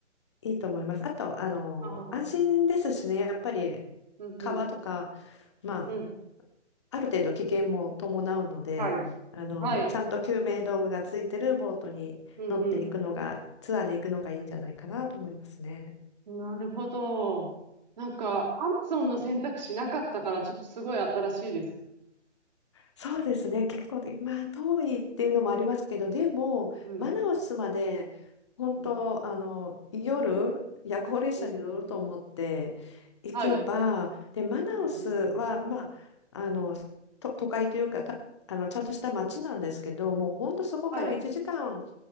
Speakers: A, on the left; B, on the right.
A: いいと思います。あと、あの、
B: ああ、
A: 安心ですしね、
B: うん、
A: やっぱり
B: うん、
A: 川とか、まあ
B: うん。
A: ある程度危険も伴うので、
B: はい。
A: あの、
B: はい。
A: ちゃんと救命道具がついてるボートに乗っていくのが、
B: うん、
A: ツアーで行くのがいいんじゃないかなと思いますね。
B: うん。なるほど。なんか、アマゾンの選択肢なかったから、ちょっとすごい新しいです。
A: そうですね、結構で、まあ、遠いっていうのもありますけど、でも、
B: うん、
A: マナウスまで、本当、
B: うん、
A: あの、夜、夜行列車に乗ると思って行けば、
B: うん。うんはい。
A: で、マナウスは、
B: うんうん。
A: まあ、あの、と、都会というか、た、あの、ちゃんとした街なんですけど、もう本当そこから1時間
B: はい。